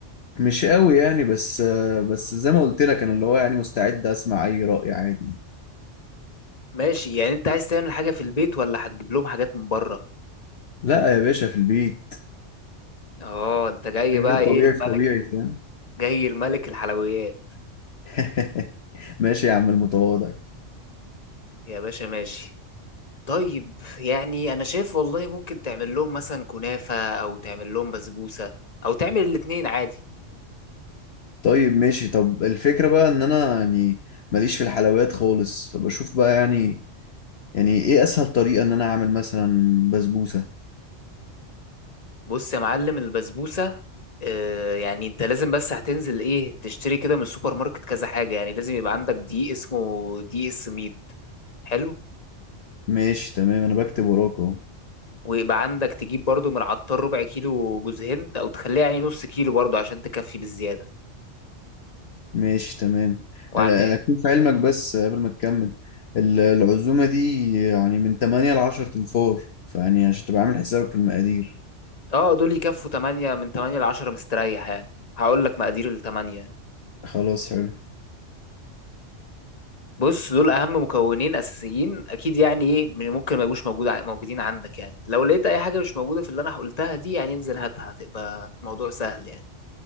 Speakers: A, on the left (about 60°); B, on the left (about 35°).
A: مش قوي يعني بس آه، بس زي ما قلت لك انا اللي هو يعني مستعد اسمع اي رأي عادي
B: ماشي يعني انت عايز تعمل حاجة في البيت ولا هتجيب لهم حاجات من بره
A: لا يا باشا في البيت
B: اه انت جاي
A: حاجات
B: بقى
A: الطبيعي
B: ايه الملك
A: في طبيعي
B: ال...
A: فاهم
B: جاي الملك الحلويات
A: <laughs> ماشي يا عم المتواضع
B: يا باشا ماشي طيب يعني انا شايف والله ممكن تعمل لهم مثلا كنافة او تعمل لهم بسبوسة او تعمل الاتنين عادي
A: طيب ماشي طب الفكرة بقى ان انا يعني ماليش في الحلويات خالص فبشوف بقى يعني يعني ايه اسهل طريقة ان انا اعمل مثلا بسبوسة
B: بص يا معلم البسبوسة آه يعني انت لازم بس هتنزل ايه تشتري كده من السوبر ماركت كذا حاجة يعني لازم يبقى عندك دقيق اسمه دقيق السميد حلو
A: ماشي تمام انا بكتب وراك اهو
B: ويبقى عندك تجيب برضو من العطار ربع كيلو جوز هند او تخليها يعني نص كيلو برضو عشان تكفي بالزيادة
A: ماشي تمام
B: وهت...
A: آه، انا اكون في علمك بس قبل ما تكمل ال- العزومة دي يعني من 8 ل 10 تنفار فيعني عشان تبقى عامل حسابك في المقادير
B: اه دول يكفوا 8 من 8 ل 10 مستريح يعني هقول لك مقادير الثمانية يعني
A: خلاص حلو
B: بص دول اهم مكونين اساسيين اكيد يعني ايه مش- ممكن ما يبقوش موجود ع- موجودين عندك يعني لو لقيت اي حاجة مش موجودة في اللي انا قلتها دي يعني انزل هاتها هتبقى موضوع سهل يعني